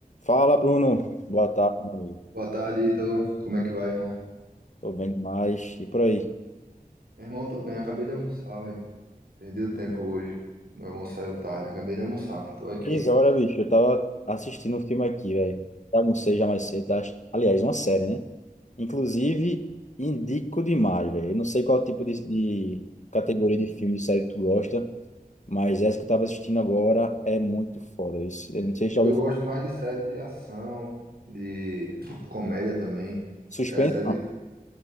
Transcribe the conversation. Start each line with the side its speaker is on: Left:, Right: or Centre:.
Left: Fala, Bruno. Boa tarde, meu amigo.
Right: Boa tarde, Ítalo. Como é que vai, irmão?
Left: Tô bem demais. E por aí?
Right: Meu irmão, tô bem. Acabei de almoçar, velho. Perdi o tempo hoje. Meu almoço saiu tarde. Acabei de almoçar. Tô aqui.
Left: Três horas, bicho. Eu tava assistindo um filme aqui, velho. Almocei já mais cedo. Tá? Aliás, uma série, né? Inclusive, indico demais, velho. Eu não sei qual tipo de, de categoria de filme, de série que tu gosta, mas essa que eu tava assistindo agora é muito foda. Esse- Eu não sei se já
Right: Eu
Left: ouviu
Right: gosto
Left: falar.
Right: mais de série de ação, de comédia também.
Left: Suspense?
Right: É série
Left: Não.
Right: de...